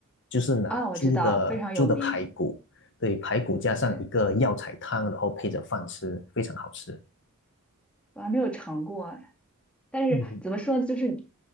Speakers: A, on the left (about 55°); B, in the centre.
A: 就是拿猪的猪的排骨，
B: 啊，我知道，非常有名。
A: 对，排骨加上一个药材汤，
B: 对，
A: 然后配着饭吃，非常好吃。
B: 我还没有尝过，但是怎么说呢，
A: 嗯，
B: 就是